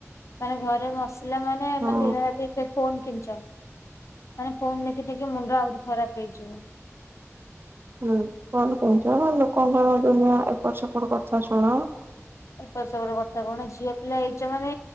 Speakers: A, on the left (about 65°); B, on the right (about 45°).
A: ମାନେ ଘରେ ମସିଲା ମାନେ
B: ହଁ
A: ମାନେ ଦିନ ରାତି ସେ ଫୋନ ଖିଞ୍ଚ। ଆ ଫୋନ ଦେଖି ଦେଖି ମୁଣ୍ଡ ଆହୁରି ଖରାପ ହେଇଯିବ।
B: ହୁଁ କଣ କହୁଛ ଲୋକଙ୍କର ଦୂନିଆ ଏପଟ ସେପଟ କଥା ଶୁଣ
A: ଏପଟ୍ ସେପଟ କଥା କଣ ଝିଅ ପିଲା ହେଇଛ ମାନେ